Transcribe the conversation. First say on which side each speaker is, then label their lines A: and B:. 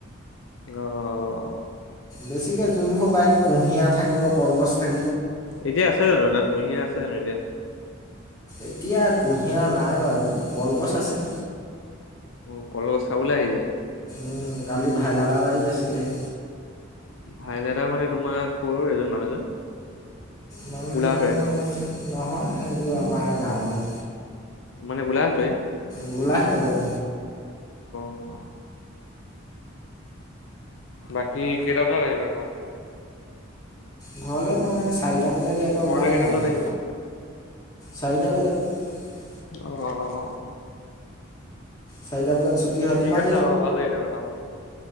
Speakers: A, on the left; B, on the left.
A: অ'।
B: বেছিকে যোনভোৰ বাৰীত কুঁহিয়া থাকিব, কলগছ থাক
A: এতিয়া আছে জানো তাত কুঁহিয়া আছে জানো এতিয়া।
B: এতিয়া কুঁহিয়া নাই বাৰু, কলগছ আছে।
A: অ', কলগছ খাবলে আহি যায়।
B: উম, কালি ভাইলাদাৰ বাৰীত আছিলেহি।
A: ভাই দাদা মানে তোমাৰ কৰ এজন মানুহজন।
B: মানুহজন
A: গোলাঘাটৰে ন?
B: নহয় এইযোৰ আমাৰ গাঁৱৰে।
A: মানে গোলাঘাটৰ।
B: গোলাঘাটৰে।
A: অ' বাকী কেইটা বজা আহিবা ঘৰত।
B: ঘৰলৈ মই চাৰিটা বজাত ইয়াৰ পৰা
A: ঘৰলে
B: ওলাই
A: কেইটা
B: দিম
A: বজাত
B: আৰু।
A: আহিবা?
B: চাৰিটা বজাত।
A: আহ
B: চাৰিটা বজাত ছুটি হয়
A: ঠিক
B: তোমাৰ
A: আছে বাৰু ভাল লাগিলে কথা পাতি।